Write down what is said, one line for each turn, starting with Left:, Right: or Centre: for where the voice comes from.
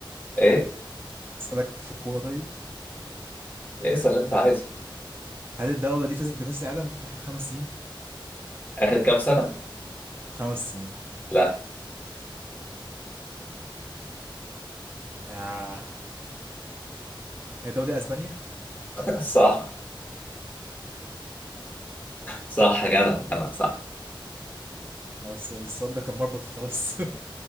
Left: ايه؟
Right: اسالك في الكوره طيب
Left: إيه اسأل اللي انت عايزه
Right: هل الدوله دي فازت بكاس العالم اخر خمس سنين
Left: اخر كام سنة؟
Right: خمس سنين
Left: لا
Right: آه هي الدوله دي اسبانيا
Left: <laughs> صح صح يا جدع جدع صح
Right: بس السؤال ده كان مربط الفرس